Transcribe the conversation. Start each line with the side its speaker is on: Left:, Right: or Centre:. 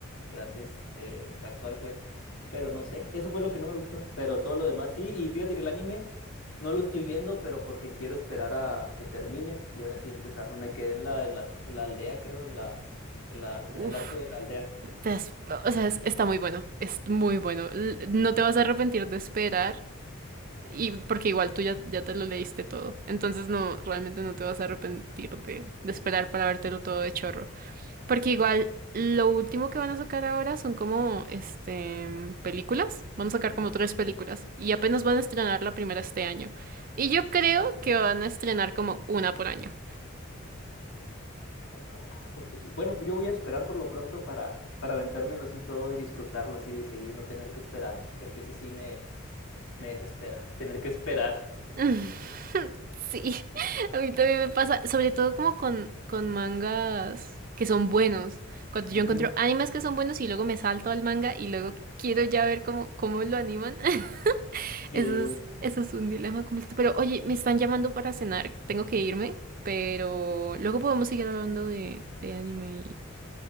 Left: grandes, eh, actual pues. Pero no sé, eso fue lo que no me gustó. Pero todo lo demás sí. Y fíjate que el anime no lo estoy viendo, pero porque quiero esperar a que termine y ahora sí empezarlo. Me quedé en la, en la, en la aldea, creo, en la, en la,
Right: Uf.
Left: en el arco de la aldea.
Right: Te has- o sea, es- está muy bueno. Es muy bueno. L- No te vas a arrepentir de esperar. Y porque igual tú ya, ya te lo leíste todo. Entonces no, realmente
Left: Sí.
Right: no te vas a arrepentir de, de esperar para vértelo todo de chorro. Porque igual lo último que van a sacar ahora son como este películas. Van a sacar
Left: Ujú.
Right: como tres películas. Y apenas van a estrenar la primera este año. Y yo creo que van a estrenar como una por año.
Left: Ojalá, porque sí. Bueno, pues yo voy a esperar por lo pronto para, para aventármelo así todo y disfrutarlo así de seguido y no tener que esperarme, porque eso sí me, Me desespera tener que esperar.
Right: <laughs> Sí, <laughs> a mí también me pasa, sobre todo como con, con mangas que son buenos. Cuando yo
Left: Ujú.
Right: encuentro animes que son buenos y luego me salto al manga y luego quiero ya ver cómo, cómo lo animan. <laughs>
Left: Sí,
Right: Eso es, eso es un dilema completo. Pero oye, me están llamando para cenar, tengo que irme, pero luego podemos seguir hablando de, de anime y,